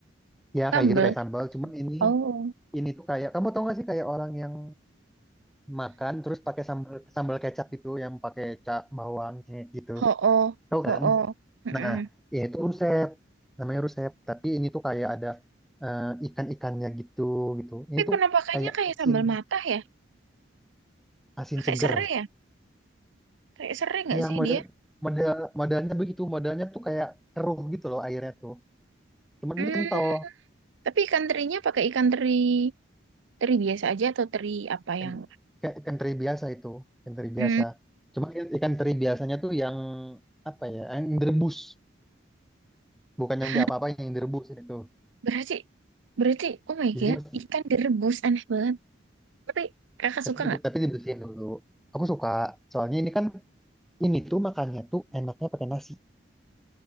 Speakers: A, in the centre; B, on the right (about 80°).
A: ya
B: Sambel.
A: kayak gitu kayak sambal cuman ini
B: Oh,
A: ini tuh kayak kamu tau gak sih kayak orang yang makan terus pakai sambal sambal kecap gitu yang pakai cak bawang cengkeh gitu
B: ho oh,
A: tau
B: ho
A: kan
B: oh. Mm-mm.
A: nah ya itu rusep namanya rusep tapi ini tuh kayak ada eh, ikan-ikannya gitu gitu ini
B: Tapi
A: tuh
B: penampakannya
A: kayak
B: kayak
A: asin
B: sambal matah ya?
A: asin
B: Pakai
A: seger
B: serai ya? Pakai serai nggak
A: ya
B: sih
A: model
B: dia?
A: model modelnya begitu modelnya tuh kayak keruh gitu loh airnya tuh cuman
B: Hmm.
A: ini kental
B: Tapi ikan terinya pakai ikan teri Teri biasa aja atau teri apa
A: ikan,
B: yang
A: ikan ikan teri biasa itu ikan teri
B: hmm.
A: biasa cuman ikan teri biasanya tuh yang apa ya yang direbus Bukan
B: Hah,
A: yang diapa-apain, yang direbus itu.
B: berarti berarti oh my
A: Jadi
B: god
A: mas-
B: ikan direbus aneh banget tapi kakak
A: tapi,
B: suka nggak
A: tapi dibersihin dulu. Aku suka. Soalnya ini kan ini tuh makannya tuh enaknya pakai nasi.